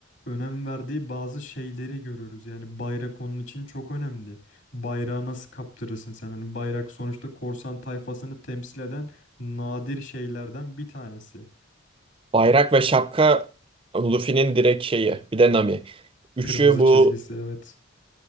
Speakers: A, on the left; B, on the right.
A: önem verdiği bazı şeyleri görüyoruz. Yani bayrak onun için çok önemli. Bayrağı nasıl kaptırırsın sen? Hani bayrak sonuçta korsan tayfasını temsil eden nadir şeylerden bir tanesi.
B: Bayrak ve şapka Luffy'nin direkt şeyi. Bir de Nami.
A: Kırmızı
B: Üçü bu
A: çizgisi evet.